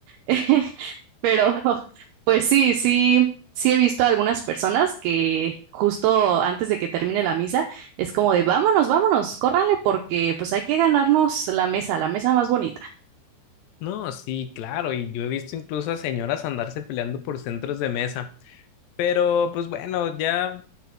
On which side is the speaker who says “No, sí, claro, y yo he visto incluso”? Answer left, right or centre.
Left